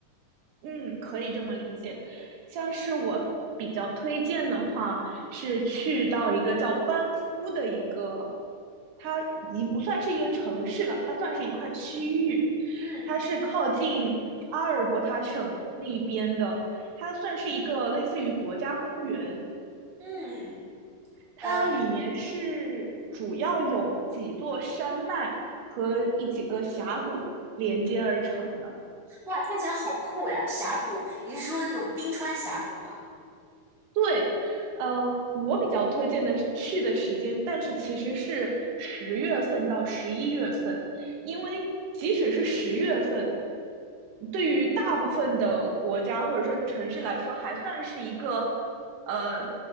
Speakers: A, on the right; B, in the centre.
A: 嗯，可以这么理解。像是我比较推荐的话，是去到一个叫班夫的一个，它已经不算是一个城市了，它算是一块区域，
B: 嗯
A: 它是靠近阿尔伯塔省那边的，它算是一个类似于国家公园，
B: 嗯，
A: 它里面是主要有几座山脉和一几个峡谷连接而成的。
B: 呃哇，听起来好酷呀！峡谷，你是说那种冰川峡谷吗？
A: 对，呃，我比较推荐的是去的时间，但是其实是十月份到十一月份，因为即使是十月份，对于大部分的国家或者说城市来说，还算是一个呃